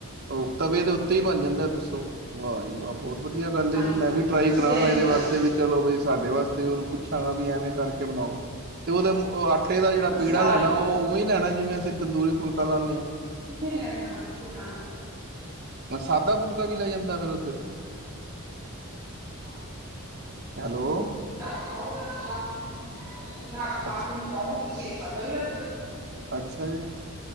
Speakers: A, on the right (about 45°); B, on the right (about 20°).
A: ਉਹ ਤਵੇ ਦੇ ਉੱਤੇ ਹੀ ਬਣ ਜਾਂਦਾ। ਦੱਸੋ, ਵਾਹ ਜੀ ਵਾਹ! ਬਹੁ ਵਧੀਆ ਗੱਲ ਹੈ
B: ਹਾਂਜੀ
A: ਜੀ। ਮੈਂ ਵੀ ਟਰਾਈ
B: ਅਸੀਂ
A: ਕਰਾਂਗਾ
B: ਤਾਂ ਇੰਝ
A: ਇਹਦੇ
B: ਹੀ ਬਣਾਉਂਦੇ
A: ਵਾਸਤੇ ਵਿੱਚ ਚਲੋ ਬਈ ਸਾਡੇ ਵਾਸਤੇ ਵੀ ਉਹਨੂੰ ਪੁੱਛਾਂਗਾ ਵੀ ਐਵੇਂ ਕਰਕੇ ਬਣਾਓ। ਤੇ ਉਹਦੇ ਓ ਆਟੇ ਦਾ
B: ਹਾਂ
A: ਜੇੜਾ
B: ਅਸੀਂ
A: ਪੇੜਾ
B: ਆਲੂ
A: ਲੈਣਾ ਉਹ ਉਵੇਂ ਈ ਲੈਣਾ ਜਿਵੇਂ ਅਸੀਂ ਤੰਦੂਰੀ ਫੁਲਕਾ ਲਾਣੇ ਆਂ।
B: ਐਥੇ ਲੇ ਆ ਜੇ ਲਾਨਾਤੇ।
A: ਅ ਸਾਦਾ ਫੁਲਕਾ ਵੀ ਲੈ ਯੰਦੇ ਫੇਰ ਉੱਥੇ?
B: <inaudible>
A: ਹੈਲੋ,
B: <unintelligible>
A: ਅੱਛਾ ਅੱਛਾ ਜੀ,